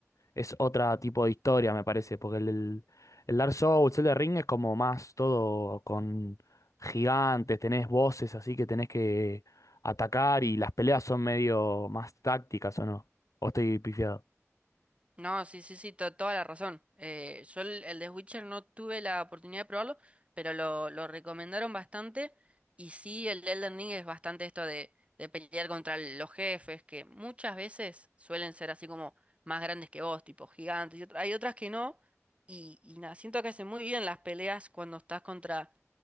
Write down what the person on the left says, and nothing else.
es otra tipo de historia, me parece, porque el, el, el Dark Souls, el de Ring es como más todo con gigantes, tenés voces así que tenés que atacar y las peleas son medio más tácticas, ¿o no? ¿O estoy pifiado?